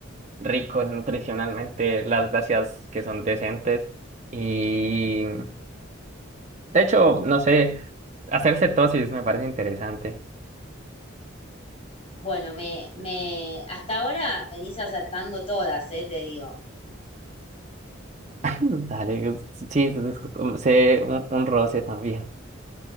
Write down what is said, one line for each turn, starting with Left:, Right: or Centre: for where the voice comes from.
Right: ricos nutricionalmente, las gracias que son decentes y de hecho, no sé, hacer cetosis me parece interesante.
Left: Bueno, me, me, hasta ahora venís acertando todas, eh, te digo.
Right: Mm, Dale, sí, sé un, un roce también.